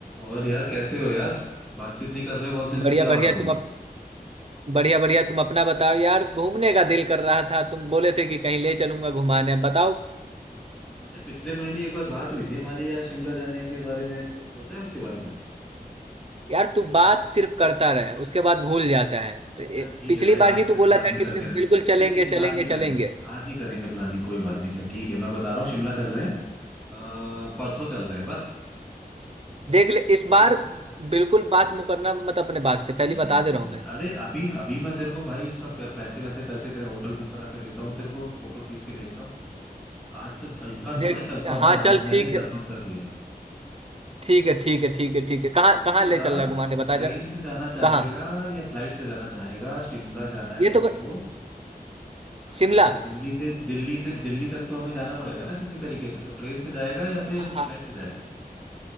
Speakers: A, in the centre; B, on the right (about 40°).
A: और यार कैसे हो यार बातचीत नहीं कर रहे बहुत दिन
B: बढ़िया
A: से क्या बात
B: बढ़िया
A: हो गई
B: तुम अप, बढ़िया बढ़िया तुम अपना बताओ यार घूमने का दिल कर रहा था तुम बोले थे कि कहीं ले चलूंगा घुमाने अब बताओ
A: अरे पिछले महीने एक बार बात हुई थी हमारी यार शिमला जाने के बारे में कुछ सोचा है उसके बारे में
B: यार तू बात सिर्फ करता रहे उसके बाद भूल जाता है
A: अरे
B: तो ए-
A: चल ठीक
B: पिछली
A: है भाई
B: बार
A: आज
B: ही
A: की
B: तू
A: आज
B: बोला
A: प्लानिंग
B: था
A: करके
B: कि बिल्कुल
A: रखते हैं
B: चलेंगे
A: नहीं नहीं नहीं
B: चलेंगे
A: आज ही
B: चलेंगे
A: करेंगे आज ही करेंगे प्लानिंग कोई बात नहीं चल ठीक है मैं बता रहा हूँ शिमला चल रहे हैं अ, परसों चल रहे हैं बस
B: देख ले इस
A: कर
B: बार
A: दी प्लानिंग
B: बिल्कुल बात मुकरना मत अपने बात से पहले
A: नहीं नहीं
B: बता
A: नहीं
B: दे रहा
A: नहीं
B: हूं मैं
A: अरे अभी अभी मैं तेरे को भाई इसका प- पैसे वैसे करके तेरा होटल बुक करा के देता हूँ तेरे को फोटो खींच के भेजता हूँ आज तो इस बार
B: देख
A: तो भाई कंफर्म
B: हाँ
A: है
B: चल
A: आज मैंने
B: ठीक है
A: कंफर्म कर दिया
B: ठीक है ठीक है
A: ठीक
B: ठीक
A: है
B: है ठीक है कहाँ
A: अब मुझे
B: कहाँ
A: ये
B: ले
A: बता
B: चल रहा है घुमाने बता
A: ट्रेन
B: जरा
A: से जाना चाहेगा
B: कहाँ
A: या फ्लाइट से जाना चाहेगा शिमला जाना है
B: ये
A: अपने
B: तो ब-
A: को हाँ
B: शिमला
A: तो दिल्ली से दिल्ली से दिल्ली तक तो हमें जाना पड़ेगा ना किसी तरीके से तो ट्रेन से जाएगा या फिर
B: हाँ
A: फ्लाइट से जाएगा